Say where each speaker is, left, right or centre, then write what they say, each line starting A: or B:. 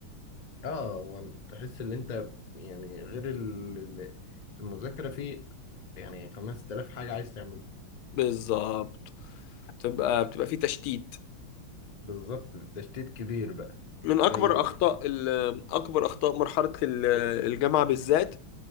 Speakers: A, on the left (about 35°); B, on the left (about 85°).
A: اه هو تحس ان انت يعني غير ال- ال- المذاكره في يعني 5000 حاجه عايز تعملها
B: بالظبط بتبقى بتبقى في تشتيت
A: بالظبط تشتيت كبير بقى
B: من
A: مش
B: أكبر
A: زي
B: أخطاء ال... أكبر أخطاء مرحلة ال- الجامعة بالذات